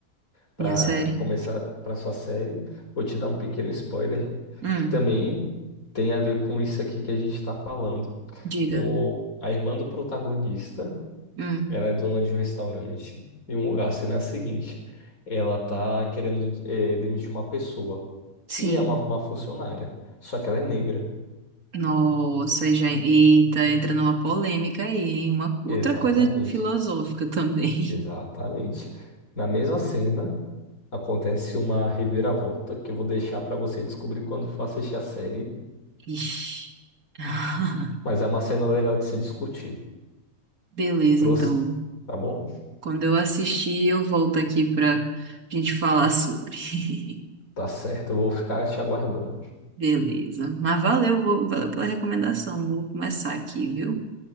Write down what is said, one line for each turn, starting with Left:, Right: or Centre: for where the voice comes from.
Left: para
Right: Minha série.
Left: começar para sua série, vou te dar um pequeno spoiler
Right: Hum.
Left: que também tem a ver com isso aqui que a gente está falando.
Right: Diga.
Left: O, a irmã do protagonista.
Right: Hum.
Left: Ela é dona de um restaurante. E um- a cena é a seguinte: ela tá querendo eh, demitir uma pessoa que
Right: Sim.
Left: é uma, uma funcionária, só que ela é negra.
Right: Nossa, aí já, eita, entra numa polêmica aí, hein? Uma outra
Left: Exatamente,
Right: coisa filosófica também.
Left: exatamente. Na mesma cena acontece uma reviravolta que eu vou deixar para você descobrir quando for assistir a série.
Right: <laughs> Ixi. <laughs>
Left: Mas é uma cena legal de se discutir.
Right: Beleza,
Left: Trouxe,
Right: então.
Left: tá bom?
Right: Quando eu assistir, eu volto aqui pra gente falar sobre. <laughs>
Left: Tá certo, eu vou ficar te aguardando.
Right: Beleza. Mas valeu, vou- valeu pela recomendação. Vou começar aqui, viu?